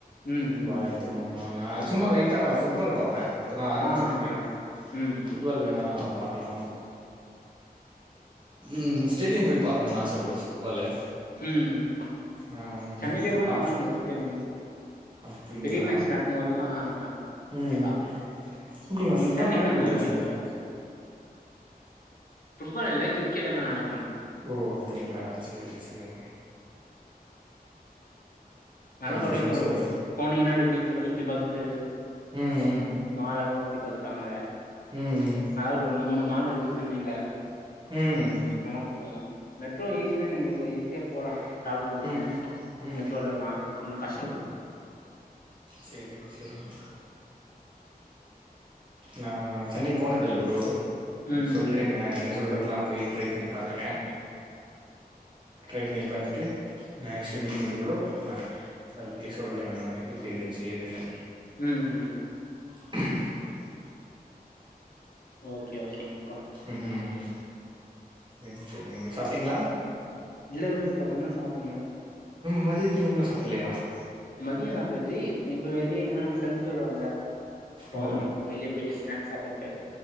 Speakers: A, on the left; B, on the right.
A: ம் ம்
B: <unintelligible> நா சும்மா லைட்டா ஃபுட்பால் பாப்பேன் இப்போ தான் ஆரம்பிச்சிருக்கு
A: ஆஹ ம்
B: ஃபுட்பால் வேணாம் பாக்கலாம் ம் ஸ்டேடியம் போய் பாக்கணும்னு ஆசை புரோ ஃபுட்பாலு
A: உம் உம்
B: ஆ
A: சென்னையிலயே கூட
B: ஆ
A: நல்லா இருங்க ஸ்டேடியம்
B: அப்டிங்களா
A: பெரிய மேட்ச நடக்கும் போதல்லாம்
B: ம்
A: போய் பாக்கலாம்
B: அப்டிங்களா
A: நீங்க
B: ஃபுட்பால்
A: சென்னை
B: நடக்குதுங்களா
A: தான
B: சென்னைல
A: புட்பால் இல்ல கிரிக்கெட் எல்லாம் ஆ
B: ஓ அப்டிங்களா சரி சரி
A: அதனா கப்ப
B: ப்ரோ ஃப்ரெண்ட்ஸோட
A: போனீங்கன்னாடி பீச் எல்லா சுத்தி பாத்தட்டு ட்டு
B: ம்
A: மாலல்லாம் சுத்தி பாத்துட்டாங்க
B: ம்
A: நல்லா இருக்கு ஒரு மூணு மால் இருக்கு சென்னையில
B: ம் ம்
A: நல்லா இருக்கும் மெட்ரோ ஈஸிதான் நீங்க ஈஸியா போலாம் ட்ரவல் பண்ணி
B: ம் ம்
A: மெட்ரோல எல்லாம் ஒன்னும் கஷ்டம்
B: சேரி சேரிங்க நா சென்னை போனது இல்ல புரோ
A: ம்
B: சொல்றீங்களா
A: ம்
B: நீங்க சொல்ற எல்லாம் போய் ட்ரை பண்ணி பாக்குறேன் ட்ரை பண்ணி பாத்துட்டு நெக்ஸ்ட் மீட்டிங்ல கூட நம்ம அத பத்தி சொல்றேம் நான் எப்படி இருந்துச்சு எதுன்னு
A: உம் உம்
B: <unintelligible>
A: ஓகே ஓகேங்க
B: உம் உம் சரி சரிங்க சாப்பிட்டீங்களா
A: இல்ல புரோ அதுக்கப்புறதான் சாப்டணும்
B: மதித் நூன சப்பல ஆா <unintelligible>
A: மதியம் சப்புட்டாச்சி இப்ப வெள்ளிய எங்கன பிர வருவாங்க போனோம்
B: ஓ
A: வெளியே போயிட்டு ஸ்நாக் சாப்பிட்டு